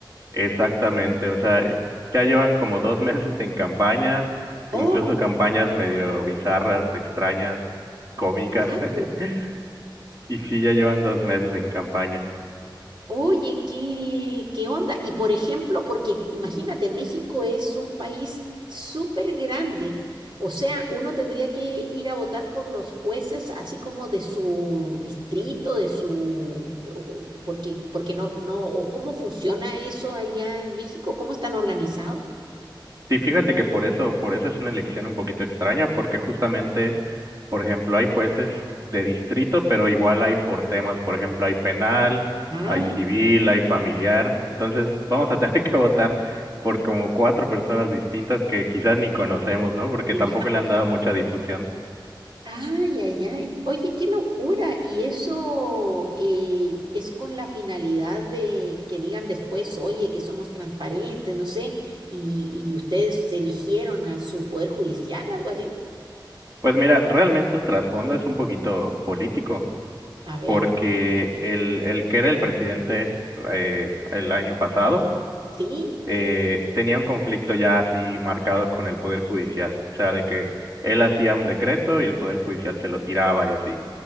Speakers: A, on the right (about 45°); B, on the right (about 70°).
A: Exactamente, o sea, ya llevan como dos <laughs> meses en campaña,
B: Oh,
A: incluso campañas medio bizarras, extrañas, cómicas,
B: claro.
A: <laughs> y sí, ya llevan dos meses en campaña.
B: Oye, ¿qué, qué onda? Y por ejemplo, porque imagínate, México es un país súper grande. O sea, uno tendría que ir a votar por los jueces así como de su distrito, de su... o- o- Porque, porque no, no, o cómo funciona eso allá en México, cómo están organizados.
A: Sí, fíjate que por eso, por eso es una elección un poquito extraña, porque justamente Por ejemplo, hay jueces de distrito, pero igual hay por temas, por ejemplo, hay penal,
B: Ah,
A: hay civil, hay familiar. Entonces, vamos a tener <laughs> que votar por como cuatro personas distintas que quizás ni conocemos, ¿no? Porque
B: claro.
A: tampoco le han dado mucha difusión.
B: Ay, ay, ay. Oye, qué locura. ¿Y eso eh, es con la finalidad de que digan después, oye, que somos transparentes, no sé, y, y ustedes eligieron a su poder judicial, algo así?
A: Pues mira, realmente el trasfondo es un poquito político,
B: A ver,
A: porque el, el que era el presidente eh, el año pasado,
B: ¿sí?
A: eh, tenía un conflicto ya así marcado con el Poder Judicial, o sea, de que él hacía un decreto y el Poder Judicial se lo tiraba y así.